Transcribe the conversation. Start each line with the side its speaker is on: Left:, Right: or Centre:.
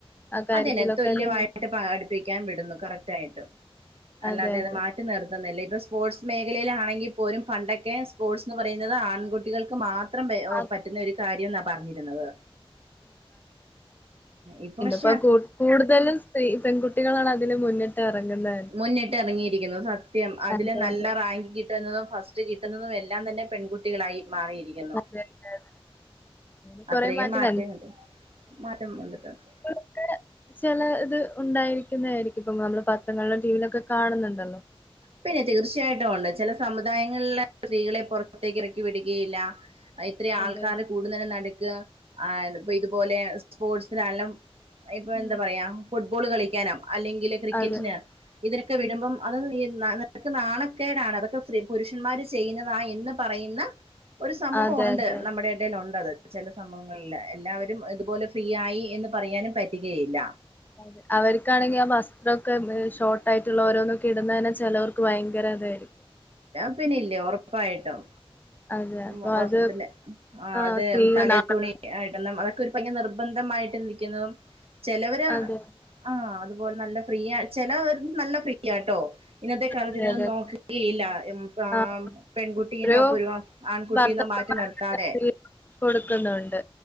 Left: ആ കാര്യത്തിലൊക്കെ
Right: അതെന്നെ തുല്യമായിട്ട്
Left: നിന്ന്
Right: പടിപ്പിക്കാൻ വിടുന്നു കറക്‌റ്റായിട്ട് അല്ലാതെ
Left: അതെ അതെ
Right: അത് മാറ്റി നിർ ന്നല്ലേ ഇപ്പ സ്പോർട്സ് മേഖലയിലാണെങ്കി പോലും പണ്ടൊക്കെ സ്പോർട്സ്ന്ന് പറയുന്നത് ആൺകുട്ടികൾക്ക് മാ ത്രം
Left: ആ
Right: പറ്റുന്ന ഒരു കാര്യന്നാ പറഞ്ഞിരുന്നത് ഇപ്പൊ ശ്
Left: ഇപ്പൊ കൂ കൂടുതലും സ്ത്രീ പെൺകുട്ടികളാണ് അതിന് മുന്നിട്ട് എറങ്ങുന്ന
Right: മുന്നിട്ടിറങ്ങിയിരിക്കുന്നു സത്യം അതില്
Left: അതെ
Right: നല്ല
Left: അതെ
Right: റാങ്ക് കി കിട്ടുന്നതും ഫസ്റ്റ് കിട്ടുന്നതും എല്ലാം തന്നെ പെൺകുട്ടികളായി മാറിയിരി ക്കുന്നു
Left: അതെ അതെ അതെ അങ്ങനെ കൊറെ
Right: അത്രയും
Left: മാറ്റം
Right: മാറ്റങ്ങ മാറ്റം വന്നിട്ടണ്ട്
Left: ഒക്കെ ചെലത് ഉണ്ടായിരിക്കുന്നതായിരിക്കും ഇപ്പ നമ്മള് പാത്രങ്ങളിലും ടിവിയിലൊക്കെ കാണുന്നുണ്ടല്ലോ
Right: പിന്നെ തീർച്ചയായിട്ടും ഒണ്ട് ചെല സമുദായങ്ങളിലെ സ്ത്രീകളെ പൊറത്തേക്ക് ഇറക്കി വിടുകയില്ല അ ഇത്രയും ആൾക്കാര്
Left: അതെ അതെ
Right: കൂടുന്നയിന്റെ നടുക്ക് ആ ഇപ്പൊ ഇതുപോലെ സ്പോർട്സിലാണെലും ഇപ്പൊ
Left: ഉം
Right: എന്താ പറയാ ഫുട്ബോൾ കളിക്കാനാ അല്ലെങ്കില് ക്രിക്കറ്റിന്
Left: അതെ
Right: ഇതിനൊക്കെ വിടുമ്പം
Left: ഉം
Right: അത് ഈ നിനക്ക് നാണക്കേടാണ് അതൊക്കെ സ്ത്രീ പുരുഷന്മാര് ചെയ്യുന്നതാ എന്ന് പറയുന്ന ഒരു സമൂഹവൊണ്ട്
Left: അതെ അതെ അതെ
Right: നമ്മടെ എ ടേൽ ഒണ്ടത് ചെല സംഭവങ്ങളില് എല്ലാവരും ഇതുപോലെ ഫ്രീ ആയി എന്ന് പറയാനും പറ്റുകയില്ല
Left: അതെ അവർക്കാണെങ്കിൽ ആ വസ്ത്രൊക്കെ ഷോട്ടായിട്ടുള്ള ഓരോന്നൊക്കെ ഇടുന്നയെന്നെ ചെലോർക്ക് ഭയങ്കര ഇതായിരിക്കും
Right: പിന്നില്ലേ ഒറപ്പായിട്ടും
Left: അതെ
Right: ഉം
Left: അപ്പൊ
Right: വസ്ത്രത്തിന്റെ
Left: അത്
Right: ആഹ്
Left: ആ
Right: അതെ
Left: സ്ത്രീകൾ
Right: തല
Left: നാളെ
Right: തുണി ആഹ് ഇടണം അതൊക്കെ ഒരു ഭയങ്കര നിർബന്ധമായിട്ടെന്നെ ഇരിക്കുന്നതും ചെലവര്
Left: അതെ
Right: ആഹ് അതുപോലെ നല്ല ഫ്രീയാ ചെല നല്ല ഫ്രീയാട്ടോ ഇന്നത്തെ കാലത്ത്
Left: അതെ
Right: ഇതൊന്നും
Left: അതെ
Right: നോക്ക യില്ല മ്മ് പ്പാ
Left: ആ
Right: പെൺകുട്ടിന്നൊ
Left: എത്രയോ
Right: ഇപ്പൊരു ആൺകുട്ടിന്നൊ
Left: ഭർത്താക്കന്മാര്
Right: മാറ്റി നിർത്താതെ
Left: കൊടുക്കുന്നുണ്ട്